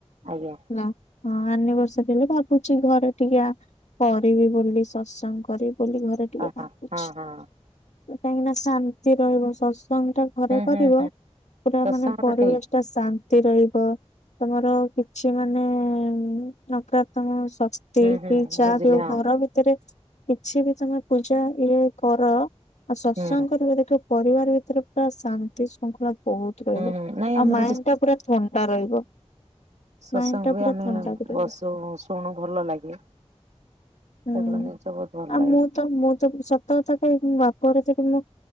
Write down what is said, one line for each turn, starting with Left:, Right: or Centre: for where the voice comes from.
Right: ଆଜ୍ଞା।
Left: ହେଲା ହଁ ଆନିବର୍ସରୀ ହେଲେ ଭାବୁଛି ଘରେ ଟିକେ କରିବି ବୋଲି ସତ୍ସଙ୍ଗ କରିବି ବୋଲି ଘରେ।
Right: ଓ ହଁ।
Left: ଅ
Right: ହଁ ହୁଁ
Left: କାହିଁକି ନା ଶାନ୍ତି ରହିବ ସତ୍ସଙ୍ଗ ଟା ଘରେ କରିବ
Right: ହୁଁ ହୁଁ
Left: ପୁରା
Right: ସତ୍ସଙ୍ଗ
Left: ମାନେ ପରିବେଶ
Right: ଟା ଠିକ।
Left: ପୁରା ଶାନ୍ତି ରହିବ। ତମର କିଛି ମାନେ ନକାତ୍କ ସକ୍ କ୍ତି
Right: ହୁଁ ହୁଁ
Left: ଯାହା
Right: ବୁଝିଲି
Left: ବି ହେଉ
Right: ହଁ
Left: ଘର ଭିତରେ କିଛି ବି ତମେ ପୂଜା ଇଏ କର ଆଉ ସତ୍ସଙ୍ଗ
Right: ହୁଁ
Left: କରିବ ଦେଖିବ ପରିବାର ଭିତରେ ପୁରା ଶାନ୍ତି ଶୃଙ୍ଖଳା ବହୁତ ରହିବ
Right: ହୁଁ ହୁଁ ନାଇଁ ଆମର
Left: ଆଉ ମାଇଣ୍ଡ ଟା ପୁରା ଥଣ୍ଟା ରହିବ।
Right: ସତସଙ୍ଗ
Left: ମାଇଣ୍ଡ ଟା
Right: ବି
Left: ପୁରା
Right: ଆମେ
Left: ଥଣ୍ଡା ବି ରହିବ।
Right: ବସୁ ଶୁଣୁ ଭଲ ଲାଗେ।
Left: ହୁଁ
Right: ଠାକୁରଙ୍କ ଜିନିଷ ବହୁତ ଭଲ
Left: ଆଉ
Right: ଲାଗେ
Left: ମୁଁ ତ ମୁଁ ତ ସତ କଥା କହିବି ମୁଁ ବାପଘରେ ଏତେ ମୁଁ